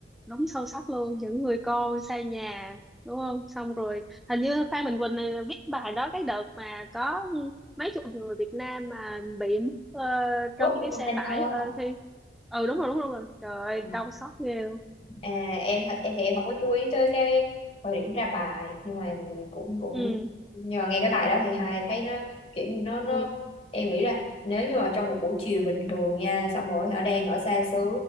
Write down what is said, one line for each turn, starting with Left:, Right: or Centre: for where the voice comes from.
Centre: đúng sâu sắc luôn những người con xa nhà đúng không xong rồi hình như Phan Mạnh Quỳnh này viết bài đó cái đợt mà có mấy chục người Việt Nam mà bị mất ờ,
Left: rốt
Centre: trong
Left: trong
Centre: cái
Left: container
Centre: xe tải ờ,
Left: á
Centre: khi ừ đúng rồi đúng rồi đúng rồi. trời ơi
Left: Ờ.
Centre: đau xót ghê luôn
Left: À, em thật em thì em không có chú ý tới cái thời điểm ra bài nhưng mà cũng cũng
Centre: ừ
Left: nhưng mà nghe cái bài đó thì hai thấy nó kiểu như nó nó
Centre: ừ
Left: em nghĩ là nếu như mà trong một buổi chiều bình thường nha xong rồi họ đang ở xa xứ